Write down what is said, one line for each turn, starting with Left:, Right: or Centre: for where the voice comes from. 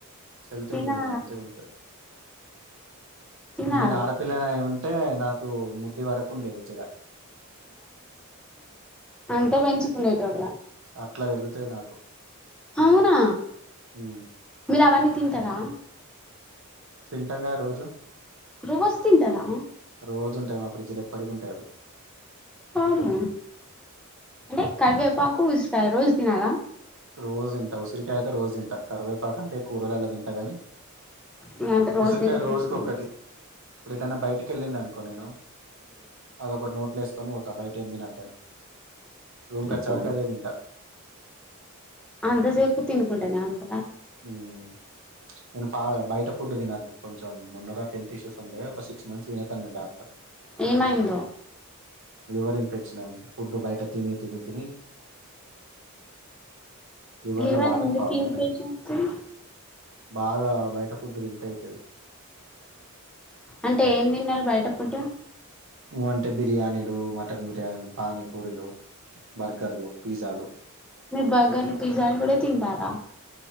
Right: <unintelligible>
Centre: తినా తినాలా
Right: నేను ఆడపిల్లనాయి ఉంటె టే నాకు ముడ్డి వరకుండేది జడ
Centre: అంతా పెంచుకునేతొడివ
Right: అట్లా పెరుగుతది నాకు
Centre: అవునా
Right: ఉమ్
Centre: మీరు అవన్నీ తింటారా
Right: తింటాంగా రోజు
Centre: రోజు తింటారా
Right: రోజు మా ఫ్రిడ్జిలు ఎప్పటికి ఉంటయి అవి
Centre: ఆవున అంటే కల్వేపాకు ఉసిరికాయ రోజు తినాలా
Right: రోజు తింట ఉసిరికాయ అయితే రోజు తింట కరివేపాకు అంటే కూరలల్ తింట గాని
Centre: ఇగ అంత రోజు
Right: ఉసిరికాయ
Centre: తింటే
Right: రోజుకొకటి
Centre: జుట్టు పెరుగు
Right: ఇప్పుడెటన్న బయటికి వెళ్ళినా అనుకో నేను అదొటి నోట్లు వేసుకొని పోతా బయట ఏమి తనద్దని రూమ్
Centre: మ్మ్
Right: కాచే వరకదేదింట
Centre: అందసేపు తికుంటనే ఉంటారా
Right: హ్మ్ నేను ఫ బయట ఫుడ్ తినద్దు కొంచెం మొన్నదాక హెల్త్ ఇష్యూస్ ఉండే ఒక సిక్స్ మంత్స్ తినేకు అన్నాడు డాక్టర్
Centre: ఏమైందో
Right: లివర్ ఇన్ఫెక్షన్ అంత ఫుడ్ బయట తిని తని తిని లివర్ల
Centre: లివర్
Right: వాటర్
Centre: ఎందుకు
Right: ఫాం
Centre: ఇన్ఫెక్షన్
Right: అయినాయి
Centre: వస్తది
Right: బాగా బయట ఫుడ్ తింటె అయితది
Centre: అంటే ఏం తిన్నరు బయట ఫుడ్
Right: నువ్వు అంటే బిర్యానీలు, మటన్ బిర్యానీలు, పానీపూరిలు, బర్గర్లు, పిజ్జాలు
Centre: మీరు బర్గర్లు, పిజ్జాలు కూడా తింటారా.